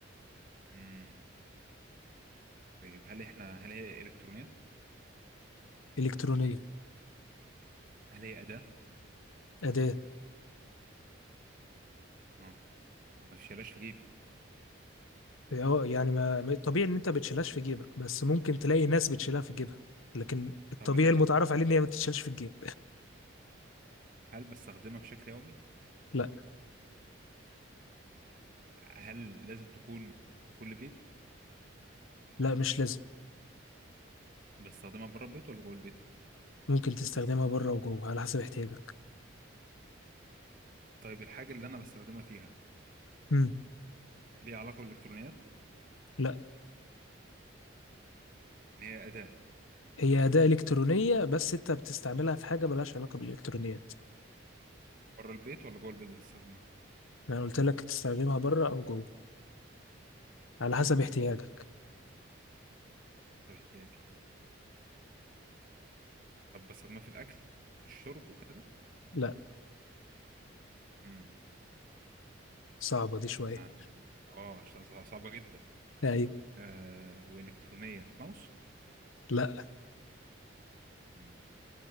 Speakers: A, on the right; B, on the left.
A: امم طيب هل احنا هل هي إلكترونية
B: الكترونية
A: هل هي أداة
B: أداة
A: اه ما تشالهاش في جيبي
B: اه يعني ما ما- الطبيعي ان انت ما بتشيلهاش في جيبك بس ممكن تلاقي ناس بتشيلها في جيبها لكن الطبيعي
A: طب هل
B: المتعارف عليه ان هي ما بتتشالش في الجيب
A: هل بستخدمها بشكل يومي
B: لا
A: هل لازم تكون في كل بيت
B: لا مش لازم
A: بستخدمها بره البيت ولا جوه البيت
B: ممكن تستخدمها بره وجوه على حسب احتياجك
A: طيب الحاجة اللي انا بستخدمها فيها
B: امم
A: ليها علاقة بالإلكترونيات
B: لا
A: ان هي أداة
B: هي أداة إلكترونية بس أنت بتستعملها في حاجة ملهاش علاقة بالإلكترونيات
A: بره البيت ولا جوه البيت بستخدمها
B: ما أنا قلت لك تستخدمها بره أو جوه على حسب احتياجك
A: امم طب احتياجي طب بستخدمها في الأكل والشرب وكده
B: لا
A: امم
B: صعبة دي شوية
A: انا اه ش- صع- صعبة جدا
B: أيوة
A: آه والكترونية ماوس
B: لا
A: امم